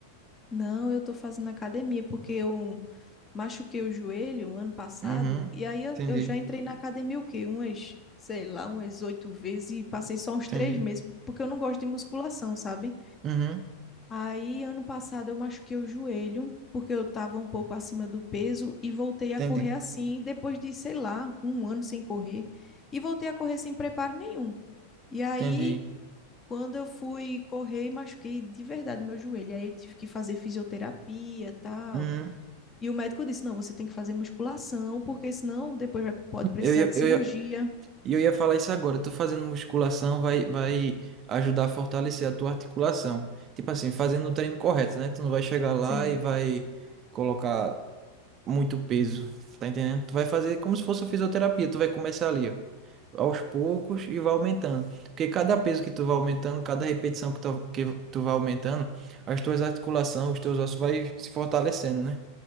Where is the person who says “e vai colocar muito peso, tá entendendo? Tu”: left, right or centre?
Right